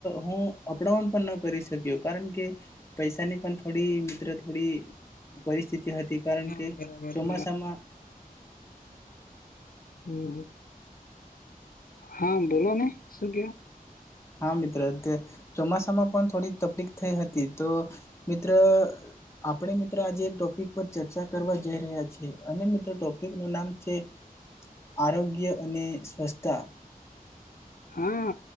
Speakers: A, on the left; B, on the left.
A: હું અપડાઉન પણ ન કરી શક્યો કારણ કે. પૈસાની પણ થોડી મિત્ર થોડી પરિસ્થિતિ હતી કારણ
B: હા
A: કે
B: બરાબર
A: ચોમાસામાં.
B: બરાબર હમ. હા બોલો ને શું ક.
A: હા મિત્ર અ ચોમાસામાં પણ થોડીક તકલીક થઈ હતી તો મિત્ર. આપણે મિત્રો આજે એક ટોપિક પર ચર્ચા કરવા જઈ રહ્યા છીએ અને મિત્રો ટોપિક ન નામ છે. આરોગ્ય અને સ્વસ્્થતા.
B: હા